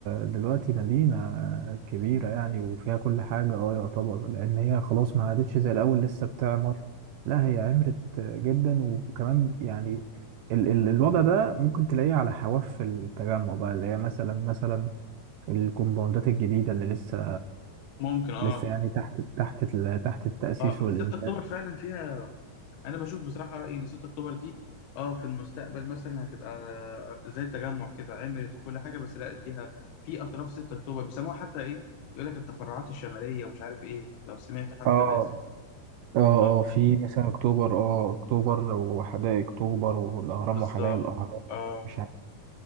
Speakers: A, on the right (about 75°); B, on the left (about 80°).
A: دلوقتي مدينة كبيرة يعني وفيها كل حاجة اه يعتبر لأن هي خلاص ما عادتش زي الأول لسه بتعمر لا هي عمرت جدا وكمان يعني ال ال الوضع ده ممكن تلاقيه على حواف التجمع بقى اللي هي مثلا مثلا الكومباوندات الجديدة اللي لسه
B: ممكن اه
A: لسه يعني تحت تحت ال- تحت التأسيس
B: اه
A: والإنشاء
B: 6 اكتوبر فعلا فيها انا بشوف بصراحه رايي ان 6 اكتوبر دي اه في المستقبل مثلا هتبقى زي تجمع كده عملت وكل حاجه بس لا اديها في اطراف 6 اكتوبر بيسموها حتى ايه يقول لك التفرعات الشماليه ومش عارف ايه لو سمعت حتى
A: اه
B: الاسم
A: اه
B: اه
A: اه في مثلا أكتوبر اه أكتوبر وحدائق أكتوبر والأهرام
B: بالظبط
A: وحدائق الأهرام
B: اه
A: مش عارف